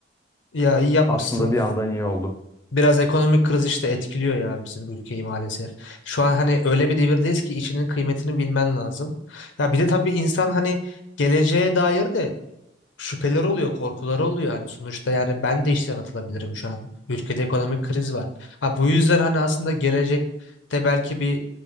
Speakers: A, on the left; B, on the left.
A: Ya iyi yapmışsın.
B: Aslında bir yandan iyi oldu.
A: Biraz ekonomik kriz işte etkiliyor ya bizim ülkeyi maalesef. Şu an hani öyle bir devirdeyiz ki işinin kıymetini bilmen lazım. Ya bir de tabii insan hani geleceğe dair de şüpheler oluyor, korkuları oluyor hani sonuçta yani ben de işten atılabilirim şu an. Ülkede ekonomik kriz var. Ha bu yüzden hani aslında gelecekte belki bir